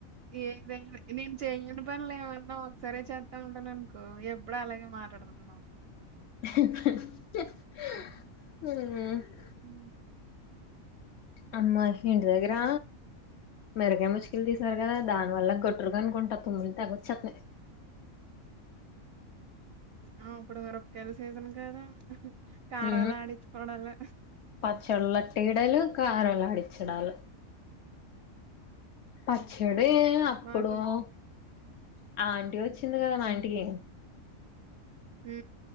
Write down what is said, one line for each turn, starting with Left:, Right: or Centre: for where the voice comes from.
Right: ఏద నేను చెయని పనులు ఏమన్నా ఒకసారి చేస్తా ఉంటాను అనుకో ఎప్పుడ అలాగే మాట్లాడుతుండి మామ
Left: ఆ <unintelligible>
Right: అమ్
Left: అమ్మా ఇంటి దగ్గరా మెరుగే ముష్కలు తీసారు కదా దాని వల్ల గట్టురుగా అనుకుంటా తుమ్ములు తగొచ్చుతనయి
Right: ఆ ఇప్పుడు మిరప కాయల సీజన్ కదా కారాలు
Left: హు
Right: ఆడించుకోవడాలు.
Left: పచ్చలెటయాడాలు కారలు ఆడిచ్చడాాలు పచ్చడి
Right: హ్మ్.
Left: అప్పుడు
Right: మాకు
Left: ఆ ఆంటిీ వచ్చింది కదా మా ఇంటికి
Right: హు